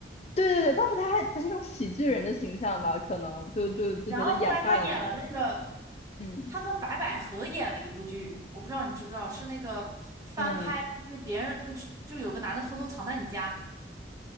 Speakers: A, on the left; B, on the right.
A: 对对对，当时他还他是一种喜剧人的形象吧，可能就就就觉得掩盖了他的，
B: 然后后来他演了那个，
A: 嗯
B: 他跟白百合演了一部剧，我不知道你知不知道，是那个翻拍，
A: 嗯。
B: 就是别人去就有个男的偷偷藏在你家，